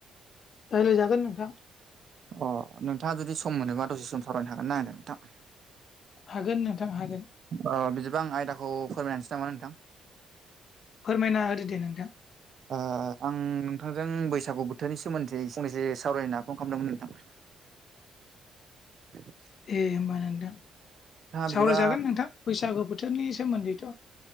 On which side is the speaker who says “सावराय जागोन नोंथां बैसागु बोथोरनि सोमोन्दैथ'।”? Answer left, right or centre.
Left